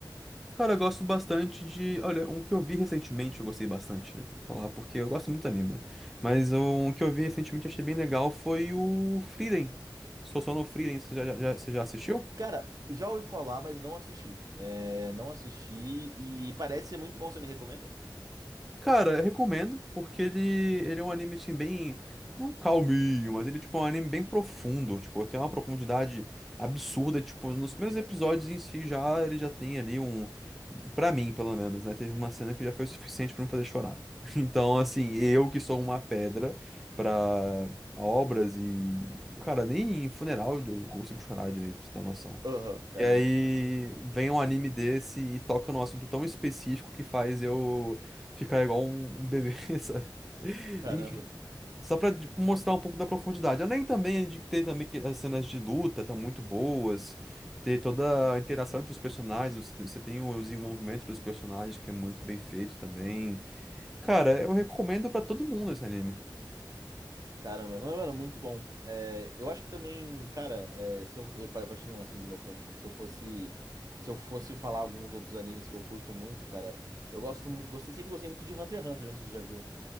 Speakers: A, in the centre; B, on the right.
A: Cara, eu gosto bastante de. Olha, um que eu vi recentemente, eu gostei bastante, né? Vou falar porque eu gosto muito do anime, né? Mas um que eu vi recentemente, achei bem legal, foi o Frieren. Sou só no Frieren, você já, já, já- você já assistiu?
B: Cara, já ouvi falar, mas não assisti. É, não assisti e parece ser muito bom. Você me recomenda?
A: Cara, eu recomendo, porque ele, ele é um anime, assim, bem. Não calminho, mas ele, tipo, é um anime bem profundo. Tipo, tem uma profundidade absurda. Tipo, nos primeiros episódios em si já ele já tem ali um. Pra mim, pelo menos, né? Teve uma cena que já foi o suficiente pra me fazer chorar. <laughs> Então,
B: Entendi.
A: assim, eu que sou uma pedra pra obras e. Cara, nem em funeral eu consigo chorar direito, pra você ter uma noção.
B: Aham, caramba.
A: E aí vem um anime desse e toca num assunto tão específico que faz eu ficar igual um, um bebê, <laughs> sabe?
B: Caramba.
A: Enfim. Só pra tipo, mostrar um pouco da profundidade. Além também de ter também que as cenas de luta estão muito boas, ter toda a interação entre os personagens, você tem, você tem o desenvolvimento dos personagens que é muito bem feito também. Cara, eu recomendo pra todo mundo esse anime.
B: Caramba. Mas, mano, muito bom. É, eu acho que também, cara, é, se eu, eu par- partindo assim do meu ponto de vista, se eu fosse, se eu fosse falar alguns outros animes que eu curto muito, cara, eu gosto, mu- gostei, sempre gostei muito de Hunter x Hunter, não sei se você já viu.